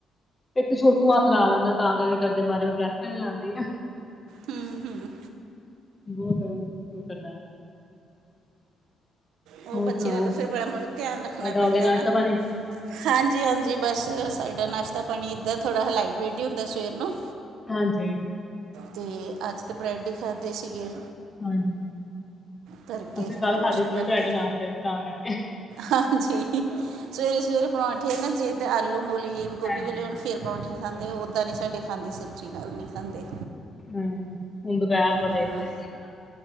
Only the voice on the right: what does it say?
ਹਮ, ਹਮ।
ਉਹ
ਬੱਚੇ
ਦਾ ਤਾਂ ਫਿਰ ਬੜਾ ਮੁੜ ਧਿਆਨ ਰੱਖਣਾ
ਪੈਂਦਾ
ਨਾ।
ਹਾਂਜੀ ਜੀ ਬਸ, ਸਾਡਾ ਨਾਸ਼ਤਾ ਪਾਣੀ ਇੱਦਾਂ ਥੋੜ੍ਹਾ ਲਾਈਟ ਵੇਟ ਹੀ ਹੁੰਦਾ ਸਵੇਰ ਨੂੰ,
ਤੇ ਅੱਜ ਤਾਂ ਬ੍ਰੈਡ ਹੀ ਖਾਂਦੇ ਸੀਗੇ।
ਕਰਕੇ
ਟੋਸਟ
ਕਰਕੇ
ਹਾਂਜੀ, ਸਵੇਰੇ ਸਵੇਰੇ ਪਰੌਂਠੇ ਨਾ ਜੇ ਤਾਂ ਆਲੂ, ਮੂਲੀ, ਗੋਭੀ
ਵਾਲੇ ਹੋੁਣ ਫਿਰ ਪਰੌਂਠੇ ਖਾਂਦੇ, ਉੱਦਾਂ ਨਹੀਂ ਸਾਡੇ ਖਾਂਦੇ, ਸਬਜ਼ੀ ਨਾਲ ਨਹੀਂ ਖਾਂਦੇ।
ਹਾਂ